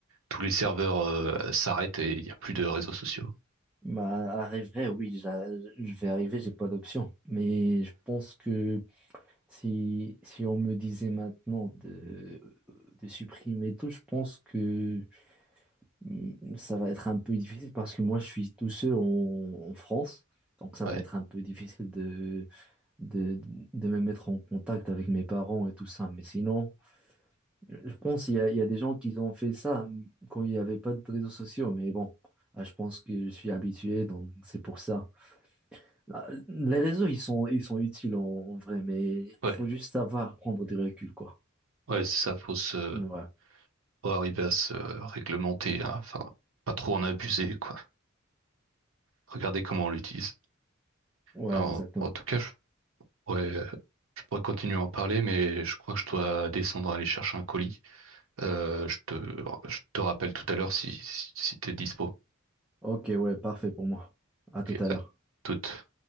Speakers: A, on the right; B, in the centre.
A: tous les serveurs, euh, s'arrêtent et il n'y a plus de réseaux sociaux?
B: bah, arriverai, oui, j'a- je vais arriver, j'ai pas d'option. Mais je pense que Si, si on me disait maintenant de, de supprimer tout, je pense que mm, ça va être un peu difficile parce que moi je suis tout seul en, en France, donc ça
A: Ouais,
B: va être un peu difficile de, de, de me mettre en contact avec mes parents et tout ça. Mais sinon, je pense qu'il y a, il y a des gens qui ont fait ça mm, quand il n'y avait pas de réseaux sociaux, mais bon, ah, je pense que je suis habitué, donc c'est pour ça. Ah, Les réseaux, ils sont, ils sont utiles en, en vrai, mais il
A: ouais,
B: faut juste savoir prendre du recul, quoi.
A: ouais, c'est ça, faut se,
B: Ouais,
A: faut arriver à se réglementer, hein. Enfin, pas trop en abuser, quoi. Regardez comment on l'utilise.
B: ouais,
A: Alors,
B: exactement.
A: En, en tout cas, je pourrais, je pourrais continuer à en parler, mais je crois que je dois descendre aller chercher un colis. Euh, je te, je te rappelle tout à l'heure si, si, si t'es dispo.
B: Ok, ouais, parfait pour moi. À tout
A: Et
B: à
A: à
B: l'heure.
A: toute.